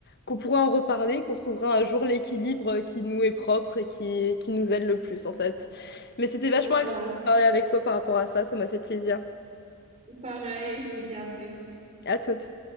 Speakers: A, on the left; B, on the right.
A: qu'on pourra en reparler, qu'on trouvera un jour l'équilibre qui nous est propre et qui, qui nous aide le plus, en fait. Mais c'était vachement
B: voilà.
A: agréable de parler avec toi par rapport à ça. Ça m'a fait plaisir.
B: Pareil, et je te dis à plus.
A: À toute.